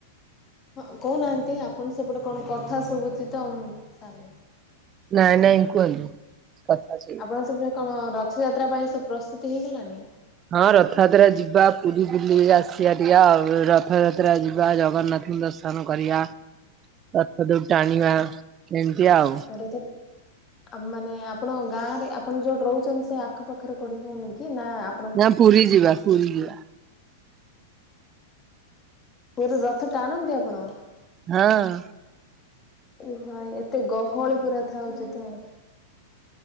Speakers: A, on the left (about 30°); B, on the right (about 30°).
A: ହଁ କହୁନାହାନ୍ତି ଆପଣ ସେପଟେ କଣ କଥା ଶୁଭୁଛି ତ ମୁଁ ସାଲ
B: ନାଇଁ ନାଇଁ କୁହନ୍ତୁ କଥା ସ
A: ଆପଣ <unintelligible> କଣ ରଥଯାତ୍ରା ପାଇଁ ସବୁ ପ୍ରସ୍ତୁତି ହେଇଗଲାଣି?
B: ହଁ ରଥଯାତ୍ରା ଯିବା ପୁରୀ ବୁଲି ଆସିବା ଟିକେ ଆଉ ରଥଯାତ୍ରା ଯି ବା ଜଗନ୍ନାଥଙ୍କୁ ଦର୍ଶନ କରିବା ରଥ ଦଉଡି ଟାଣିବା ଏମିତି ଆଉ।
A: ରଥ ଆ ମାନେ ଆପଣ ଗାଁ ରେ ଆପଣ ଯୋଉଠି ରହୁଛନ୍ତି ସେ ଆଖପାଖରେ କଉଠି ହଉନି କି ନା ଆ
B: ନା ପୁରୀ ଯିବା ପୁରୀ ଯିବା।
A: ପୁରୀ ରଥ ଟାଣନ୍ତି ଆପଣ?
B: ହଁ।
A: ଏ ଭାଇ ଏତେ ଗହଳି ପୁରା ଥାଉଛି ତ।